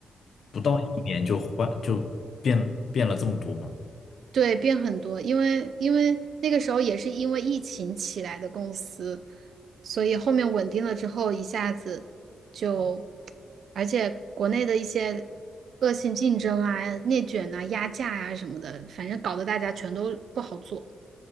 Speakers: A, on the left; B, on the right.
A: 不到一年就换就变变了这么多吗？
B: 对，变很多，因为因为那个时候也是因为疫情起来的公司，所以后面稳定了之后，一下子就，而且国内的一些恶性竞争啊、内卷啊、压价啊什么的，反正搞得大家全都不好做，